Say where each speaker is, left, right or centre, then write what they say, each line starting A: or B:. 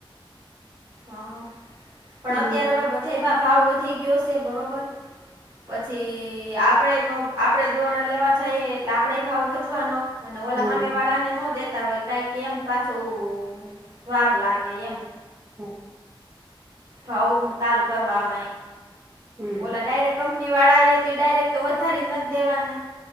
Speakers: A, on the right; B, on the right.
A: હા પણ
B: હમ
A: અત્યારે હવે બધામાં ભાવ વધી ગયો છે બરોબર પછી થી આપણે આપણે દોરા લેવા જઈએ એટલે આપણે ભાવ વધવાનો. અને ઓલા
B: હા
A: સામે વાળાને ન દેતા હોય કંઈક એમ પાછું વાર લાગે એમ.
B: હમ્મ.
A: ભાવ તાલ કરવાય.
B: હમ
A: ઓલા ડાયરેક કંપની વાળા આઈ હતી ડાયરેક્ટ તો વધારી નથી દેવાના.